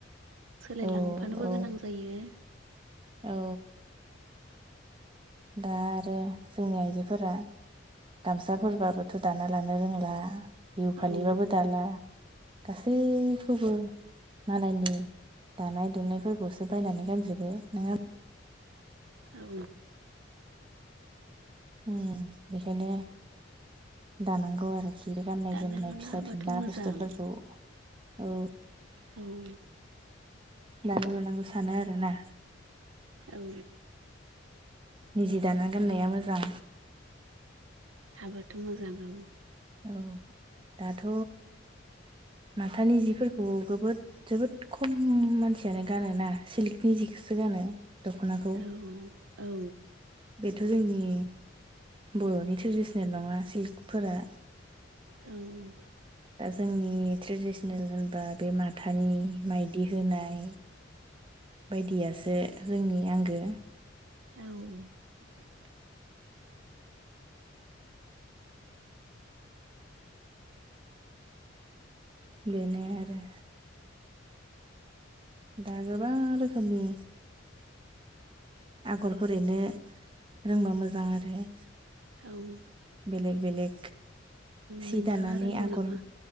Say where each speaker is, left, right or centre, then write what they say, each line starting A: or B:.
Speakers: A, on the right; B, on the right.
A: सोलायलांफानोबो
B: औ औ
A: गोनां जायो
B: औ दा आरो जोंनि आइजोफोरा गामसाफोरबाबोथ' दाना लानो रोंला बिहु फालिबाबो
A: औ
B: दाला गासैखौबो मालायनि दानाय दुनायफोरखौसो बायनानै गानजोबो नोङो
A: औ
B: ओम बेखायनो दानांगौ आरो आरो गाननाय
A: दानो
B: जोमनाय
A: लुनो
B: फिसा
A: हाबाथ'
B: फिनला
A: मोजां
B: बुस्थुफोरखौ औ
A: औ
B: दानो लुनांगौ सानो आरो ना
A: औ
B: जि दाना गाननाया मोजां
A: हाबाथ' मोजां औ
B: औ दाथ' माथानि जिफोरखौ जोबोद जोबोद खम मानसियानो गानो ना सिल्कनि जिखौसो गानो दख'नाखौ
A: औ औ
B: बेथ' जोंनि बर'नि ट्रेडिसनेल नङा सिल्कफोरा
A: औ
B: दा जोंनि ट्रेडिसनेल होनबा बे माथानि माइदि होनाय बायदियासो जोंनि आंगो
A: औ
B: बेनो आरो दा गोबां रोखोमनि आगरफोर एरनो रोंबा मोजां आरो
A: औ
B: बेलेग बेलेग सि
A: नोंथाङा
B: दानानै
A: रोंगौ
B: आगर
A: नामा